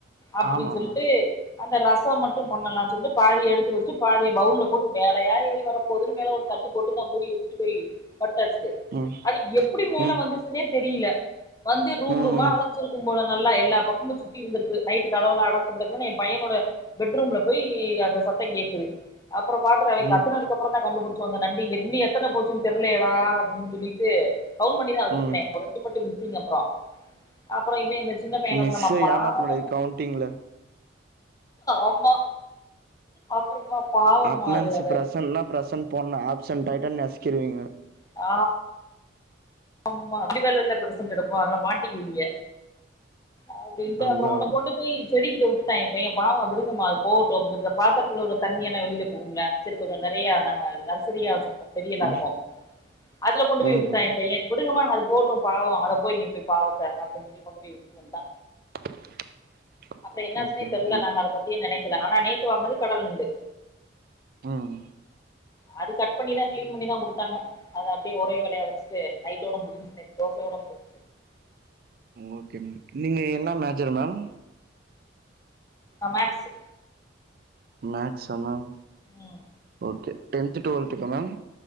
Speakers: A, on the left; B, on the right.
A: அப்டின்னு
B: ஆமா ஆமா
A: சொல்ட்டு அந்த ரசோ ம ட்டு பண்ணலானு சொல்ட்டு பாதி எடுத்து வெச்சு பாதிய பௌல்ல போட்டு மேலயா ஏறி வர போதுனு மேல ஒரு தட்டு போட்டு நா மூடி வெச்சிட்டு போய் படுத்தாச்சு
B: ம்
A: அது எப்டி மேல
B: ம்
A: வந்துச்சுனே தெரியல வந்து ரூம்
B: ம்
A: ரூமா அலஞ்சிருக்கும்போல நல்லா எல்லா பக்கமும் சுத்தி இருந்திருக்கு நைட் கதவுள அடச்சு கெடக்குனு என் பையனோட பெட்ரூம்ல போய் அந்த சத்தோ கேக்குது அப்றோ பாக்குறோ அவன்
B: ம்
A: கத்துனதுக்கு
B: ம்
A: அப்றோந்தா கண்டுபிடிச்சோ அந்த நண் எண்ணி எத்தன போச்சுனு தெரியலயேடா அப்டின்னு சொல்லிட்டு கவுன் பண்ணிதா வெச்சிருந்தே
B: ம்
A: ஒரு ரெண்டு மட்டு மி ஸ்ஸிங அப்றோ அப்றோ இவன் இந்த சின்ன பையன் என்ன
B: மிஸ்ஸ
A: சொன்னா அம்மா பாவோ
B: ஏமாத்த முடியாது கவுண்டிங்ல
A: ஆமா அப்புறமா பாவமா
B: அட்னன்ஸு
A: அது அது
B: ப்ரசன்னா ப்ரசன் போட்னு ஆப்சன்ட் ஆய்டா நஸ்க்கிருவீங்க
A: ஆ ஆமா <unintelligible> வேலல்ல பிர்சன்ட் எடுப்போ அத்னால மாட்டிக்கிவீங்க அப்டின்ட்டு
B: அதா
A: அப்ற ஒன்ன கொண்டு போயி செடிக்கிட்ட உட்டுட்டா எ பையன் பாவொ விடுங்கமா அது போகட்டு <unintelligible> பாத்தரங்களுற தண்ணியல்லா வெளில போவும்ல செரி கொஞ்ச ந ரிய நாங்க நர்சரியா வச்சிருப்போ செடியல்லா
B: ம்
A: இருக்கு அதுல கொண்டு போய்
B: ம்
A: விட்டுடா
B: ம்
A: எ உடுங்கமா அது போவுட்டு பாவொ அத போய் நீ போய் பாவத்த அப்டின் சொல்லி கொண்டு போய் உட்டுட் டு வன்ட்டா
B: <inaudible>
A: அப்ற என்னாச்சுன்னே
B: ஓகே மேம்
A: தெரில நாங்க அத பத்தியே நெனக்கல ஆனா நேத்து வாங்னது கடல் நண்டு
B: ம்
A: அது கட் பண்ணிதா க்ளீன் பண்ணிதா குடுத்தாங்க அத அப்டே ஒரே வேலயா வச்ட்டு நைட்டோட முடிஞ்சு நேத் தோசயா போட முடுஞ்ச்சு
B: ஓகே ம் நீங்க என்னா மேஜர் மேம்
A: நா மேக்ஸு
B: மேக்ஸா மேம்
A: ம்
B: ஓகே டென்த் டுவல்த்துக்கு மேம்